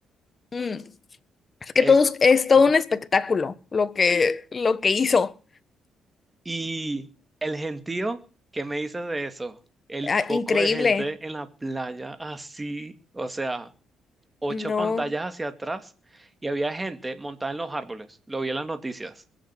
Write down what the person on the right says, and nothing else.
Es...
Ujú.
Y el gentío, ¿qué me dices de eso? El
poco
de gente en la playa así, o sea, ocho
pantallas hacia atrás y había gente montada en los árboles. Lo vi en las noticias.